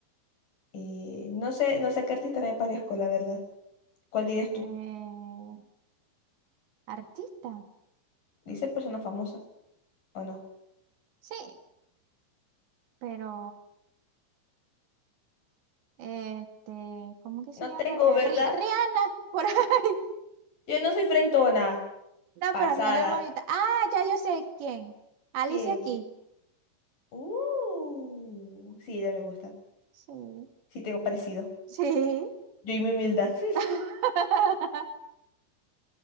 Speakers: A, on the left (about 45°); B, on the right (about 70°).
A: eh, no sé, no sé a qué artista me parezco, la verdad. ¿Cuál dirías
B: Eh,
A: tú?
B: artista.
A: ¿Dice persona famosa o no?
B: Sí, pero este, ¿cómo que se
A: No
B: llama
A: tengo,
B: esa?
A: ¿verdad?
B: Ri- Rihanna, por ahí. <laughs>
A: Yo no soy frentona.
B: No,
A: Pasada.
B: pero Rihanna es bonita. Ah, ya yo sé quién. Alicia
A: ¿Quién?
B: aquí.
A: Uh, sí, ella me gusta.
B: Sí.
A: Sí, tengo parecido.
B: Sí.
A: Yo y mi humildad. <laughs>
B: <laughs>